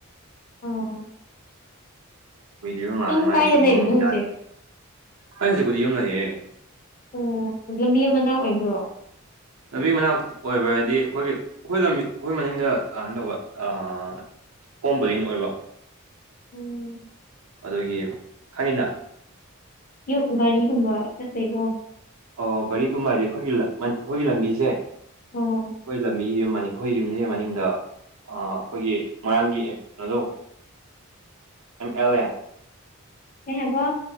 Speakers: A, on the left; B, on the right.
A: ꯑꯣ
B: ꯎꯨꯢꯗꯔꯤꯕ ꯃꯥꯜꯂꯦ
A: ꯅꯪ
B: ꯃꯥꯥꯒꯤꯗꯣ
A: ꯀꯥꯏꯗ
B: ꯃꯑꯣꯡꯗꯣ
A: ꯂꯩꯕꯅꯣ ꯍꯧꯖꯤꯛ
B: ꯌꯥꯗꯦ ꯑꯩ ꯍꯧꯖꯤꯡꯄꯨꯗꯤ ꯌꯨꯝ ꯂꯩꯌꯦ
A: ꯑꯣ ꯂꯝꯕꯤ ꯃꯅꯥꯛ ꯑꯣꯏꯕ꯭ꯔꯣ
B: ꯂꯝꯕꯤ ꯃꯅꯥꯛ ꯑꯣꯏꯕ ꯍꯥꯏꯗꯤ ꯑꯩꯈꯣꯏꯒꯤ ꯑꯩꯈꯣꯏ ꯂꯝꯕꯤ ꯑꯩꯈꯣꯏ ꯃꯅꯤꯡꯗ ꯢꯢ ꯇꯧꯕ ꯑꯥ꯫ ꯀꯣꯝꯕꯂꯤꯟ ꯑꯣꯏꯕ
A: ꯎꯝ
B: ꯑꯗꯨꯒꯤ ꯑꯩꯅ
A: ꯌꯨ ꯒꯥꯔꯤꯒꯨꯝꯕ ꯆꯠꯇꯦꯕꯣ
B: ꯑꯣ ꯚꯔꯤꯒꯨꯝꯕ ꯍꯥꯏꯗꯤ ꯑꯩꯈꯣꯏꯒꯤ ꯂꯝ ꯑꯩꯈꯣꯏꯒꯤ ꯂꯝꯕꯤꯁꯦ ꯑꯩꯈꯣꯏꯒꯤ
A: ꯑꯣ
B: ꯂꯝꯕꯤꯒꯤ ꯌꯨꯝ ꯑꯃꯅꯤ ꯑꯩꯈꯣꯏ ꯌꯨꯝꯁꯤ ꯃꯅꯤꯡꯗ ꯑꯥ ꯑꯩꯈꯣꯏꯒꯤ ꯃꯣꯏꯔꯥꯡꯒꯤ ꯑꯦꯞ ꯑꯗꯣ ꯑꯦꯝ ꯑꯦꯂꯦ
A: ꯍꯕ